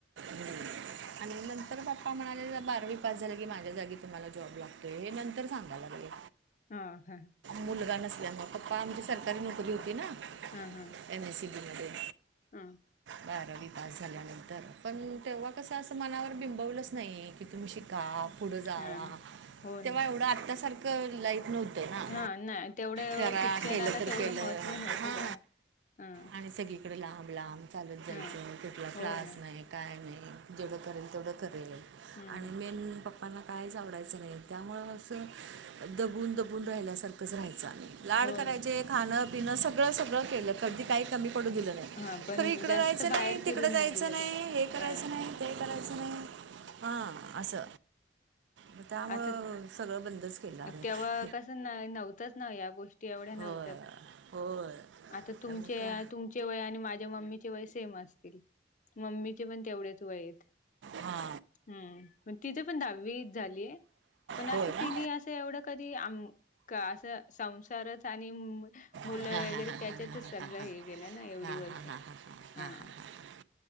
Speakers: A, on the right; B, on the left.
A: <inaudible> आणि नंतर पप्पा म्हणाले बारावी पास झाला की माझ्या जागी तुम्हाला जॉब लागतोय हे नंतर सांगा लागले.
B: हा हा..
A: मुलगा नसल्यानमुळे पप्पा आमची सरकारी नोकरी होती ना.
B: हा हा.
A: एमएसबी मध्ये.
B: हा.
A: बारावी पास झाल्यानंतर पण तेव्हा कसं असं मनावर बिंबवलंच नाही. कि तुम्ही शिका पुढं जावा
B: हा हो
A: तेव्हा
B: ना
A: एवढं आतासारखं लाईफ नव्हतं.
B: हा नाही तेवढं
A: करा
B: शिक्षणाला
A: केलं तर
B: तेवढं
A: केलं
B: महत्त्व नव्हतं
A: हा.
B: तेव्हा हा
A: आणि सगळीकडे लांब लांब चालत जायचं
B: हा
A: कुठला
B: हो
A: क्लास
B: ना
A: नाही. काय नाही जेवढं करेल तेवढं करेल
B: हम्म
A: आणि मेन पप्पा. मला ना कायचं आवडायचं नाही त्यामुळं असं दबून. फुलासारखं राहायं लाड
B: हो
A: करायचे
B: ना
A: खांणं पिणं सगळं सगळं केलं कधी काही कमी. पडू दिलं नाही.
B: हा पण
A: तर इकडं
B: जास्त
A: जायचं
B: बाहेर
A: नाही.
B: फिरून
A: तिकड जायचं
B: दिलं
A: नाही
B: ते
A: हे करायचं
B: हा
A: नाही. ते करायचं नाही. हा असं म त्यामुळं
B: आता
A: सगळं बंदच केलं आम्ही.
B: तेव्हा कसं नाई नव्हतंच ना या गोष्टी एवढ्या नव्हत्याच.
A: होय होय.
B: आता तुमचे
A: मग का
B: तुमचे वय आणि माझ्या मम्मीचे वय सेम असतील. मम्मीचे पण तेवढेच वय यत.
A: हा.
B: हम् म तिथं पण दहावीच झालीय. पण
A: होय
B: असं
A: ना
B: तिने असं एवढं कधी आम का असं संसारच आणि मुलं
A: हां
B: वगैरे
A: हां हां
B: त्याच्यातच
A: हां हां
B: सगल
A: हां
B: हे
A: हां
B: गेलं ना एवढी
A: हां
B: वर्ष.
A: हां हां. हां
B: हा.
A: हां हां हां